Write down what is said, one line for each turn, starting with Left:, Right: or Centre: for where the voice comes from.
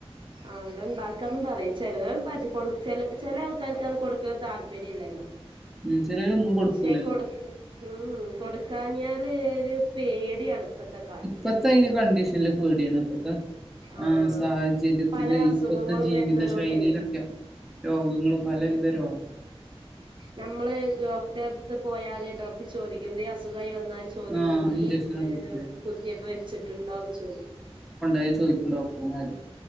Right: അത് ഉണ്ടാക്കന്ന് പറയും ചെലവർ പറ്റിക്കോളും ചെ ചെല ആൾക്കാർക്ക് അത് കൊടുക്കാൻ താൽ പര്യല്ലല്ലോ
Centre: ഉം ചിലരൊന്നും കൊടുക്കൂലല്ലോ
Right: ക്ഷെ കൊടുക്ക് ഉം കൊടുക്കാഞ്ഞാല് ഒരു പേടിയാണ് ഇപ്പത്തെ കാലത്ത്
Centre: ഇപ്പത്തെ അതിന് കണ്ടീഷനില് പേടിയാണ് ഇപ്പത്തെ
Right: ആഹ്
Centre: ആ സാഹചര്യത്തില്
Right: പല അസുഖങ്ങളും
Centre: ഇപ്പത്തെ ജീവിത
Right: വരുന്നതോണ്ടേ
Centre: ശൈലിയിലൊക്കെ രോഗങ്ങള് പലവിധ രോഗവും
Right: നമ്മള് ഡോക്ടറ്ത്ത് പോയാല് ഡോക്ടർ ചോദിക്കും എന്തെ അസുഖായി എന്നാല് ചോദിക്കും
Centre: ആഹ് ഇഞ്ചക്ഷന്
Right: ഈ
Centre: കുത്തി
Right: കുത്തിയപ്പ് വെച്ചിട്ടുണ്ടോന്ന് ചോ
Centre: തെ ചോദിക്കും ഡോക്ടറ്മാര്